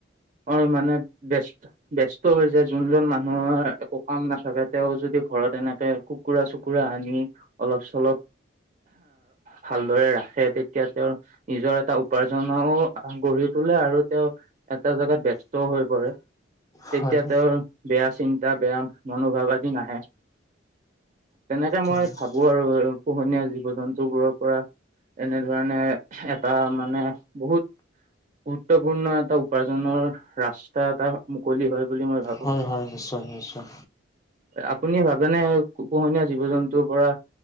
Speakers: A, on the right; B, on the left.
A: অ ', মানে বেষ্ট, বেষ্ট টো হৈ যায়, যোনজন মানুহৰ একো কাম নাথাকে তেওঁ যদি ঘৰত এনেকে কুকুৰা আনি, অলপ চলপ ভালদৰে ৰাখে তেতিয়া, তেওঁ নিজৰ এটা উপাৰ্জনও গঢ়ি তোলে, আৰু তেওঁ এটা জেগাত ব্যস্তও হৈ পৰে। তেতিয়া
B: হয় হয়
A: তেওঁৰ বেয়া চিন্তা, বেয়া মনোভাৱ আদি, নাহে। তেনেকে মই
B: হয়
A: ভাবো আৰু, পোহনীয়া জীৱ জন্তু বোৰৰ পৰা এনেধৰণে, এটা মানে বহুত গুৰুত্বপূৰ্ণ এটা উপাৰ্জনৰ ৰাস্তা এটা, মুকলি হয় বুলি মই ভাবো
B: হয় হয়, নিশ্চয়, নিশ্চয়।
A: আপুনি ভাবেনে পোহনীয়া জীৱ জন্তুৰ পৰা,